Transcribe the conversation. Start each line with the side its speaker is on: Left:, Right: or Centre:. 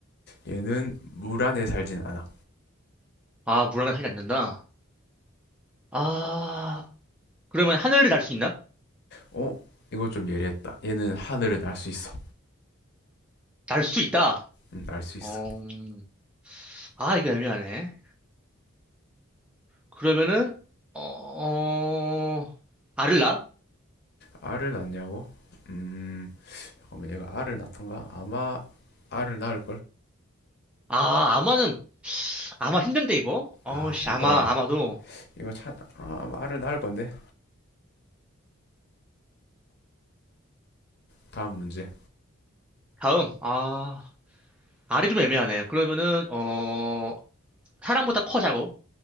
Left: 얘는 물 안에 살진 않아
Centre: 아, 물 안에 살지 않는다. 아, 그러면 하늘을 날 수 있나?
Left: 어 이거 좀 예리했다 얘는 하늘을 날 수 있어
Centre: 날 수 있다.
Left: 음날 수 있어
Centre: 어, 음, 아, 이거 애매하네. 그러면은 어 알을 낳아?
Left: 알을 낳냐고 음 잠깐만 얘가 알을 낳던가 아마 알을 낳을
Centre: 아 아마는 아마 힘든데 이거 어씨
Left: 걸아 잠깐만
Centre: 아마 아마도
Left: 이거 차 아, 아마 알을 낳을 건데 다음 문제
Centre: 다음 아 알이 좀 애매하네 그러면은 어 사람보다 커 작어